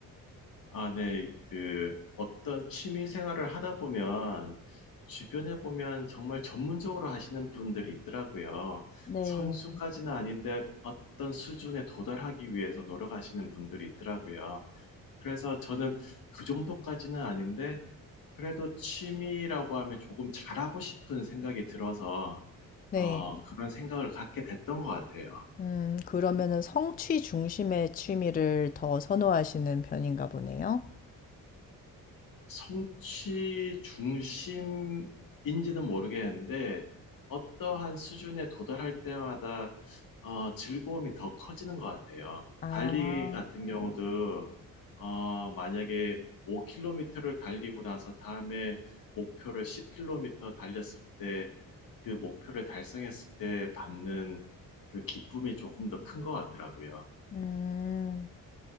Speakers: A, on the left (about 70°); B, on the left (about 25°).
A: 아, 네. 그 어떤 취미 생활을 하다 보면 주변에 보면 정말 전문적으로 하시는 분들이 있더라고요.
B: 네.
A: 선수까지는 아닌데 어떤 수준에 도달하기 위해서 노력하시는 분들이 있더라고요. 그래서 저는 그 정도까지는 아닌데 그래도 취미라고 하면 조금 잘하고 싶은 생각이 들어서
B: 네.
A: 어,
B: 음.
A: 그런 생각을 갖게 됐던 것 같아요.
B: 음, 그러면은 성취 중심의 취미를 더 선호하시는 편인가 보네요.
A: 성취 중심인지는 모르겠는데, 어떠한 수준에 도달할 때마다 어, 즐거움이 더 커지는 것 같아요.
B: 아,
A: 달리기 같은 경우도 어, 만약에 5km를 달리고 나서 다음에 목표를 10km 달렸을 때 그 목표를 달성했을 때 받는 그 기쁨이 조금 더 큰 것 같더라고요.
B: 음.